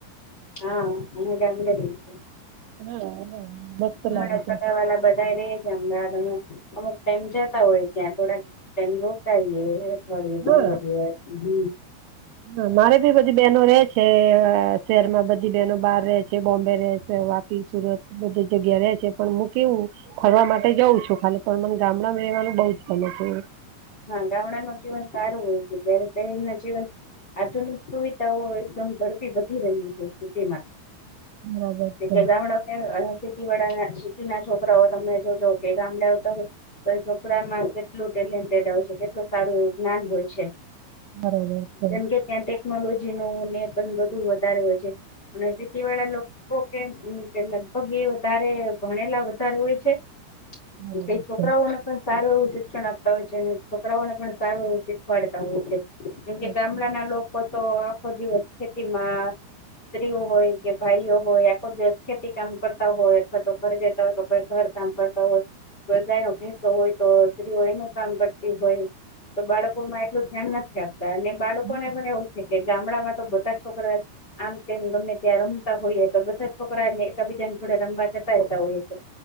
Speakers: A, on the left (about 25°); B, on the right (about 85°).
A: હા અમે ગામડે રહીએ છીએ.
B: હા હા મસ્ત
A: હણા
B: લાગે છે
A: પગ વાલા બધા ર છે અમદાવાદ અમે અમુક ટાઈ જતા હોય ત્યાં થોડાક ટમ રોકાઈએ અઠવાડિ પંદર
B: હા
A: દિવસ હમ
B: હા મારે ભી બધી બહેનો ર છે શહેર માં બધી બહેનો બહાર ર છે બોમ્બે ર છે સુરત બધી જગ્યા ર છે પણ હું કેવું ફરવા માટે જઉં છું ખાલી પણ મને ગામડામાં રહેવાનું બઉ જ બને છે
A: હા ગામડા ન જીવન સારું હોય છે જયારે શહેર ના જીવન આધુનિક સુવિધાઓ એકદમ ઝડપી વધી ર્યું સિટીમાં છે
B: હ બરાબર છે
A: એટલે સિટી વાળા સિટી ના છોકરાઓ તમે જોજો કે ગામડે આવતા હો તો છોકરામાં કેટલું ટેલેન્ટેડ આવે છે કેટલું સારું એવું જ્ઞાન હોય છે
B: બરાબર છે
A: કેમ કે ત્યાં ટેકનોલોજી ન ને પણ બધું વધારે હોય છે અને જેતી વાળા લોકો તો કે કે લગભગ એ વધારે ભણેલા વધારે હોય છે
B: બરાબર
A: એટલે છોકરાઓને
B: છે
A: પણ સારું એવું શિક્ષણ આપતા હોય છે. છોકરાઓને પણ સારું એવું શીખવાડતા હોય છે જેમકે
B: સાચી
A: ગામડાના
B: વાત છે
A: લોકો તો આખો દિવસ ખેતીમાં સ્ત્રીઓ હોય કે ભાઈઓ હોય આખો દિવસ ખેતી કામ કરતા હોય અથવા તો ઘ દેતા હોય તો ઘર સાંભળતા હોય તો ભેંસો હોય તો સ્ત્રીઓ એનું કામ કરતી હોય તો બાળકોમાં એટલું ધ્યાન નથી આપતા અને બાળકોને
B: હા
A: પણ ગામડામાં તો બધા છોકરા આમ તેમ ગમે ત્યાં રમતા હોઈએ તો બધા છોકરાને એકબીજાની જોડે રમવા જતા રહેતા હોયએ છે.